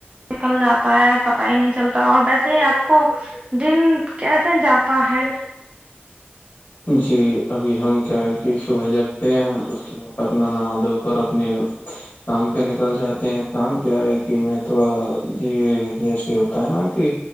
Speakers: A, on the right; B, on the left.
A: نکل جاتا ہے پتہ ہی نہیں چلتا اور ویسے ہی آپ کو دن کیسے جاتا ہے
B: جی ابھی ہم کیا ہے کہ صبح جگتے ہیں اس کے بعد اپنا ن د اور اپنی کام پہ نکل جاتے ہیں کام کیا ہے کہ میں تھوڑا یہ جیسے ہوتا ہے نا کہ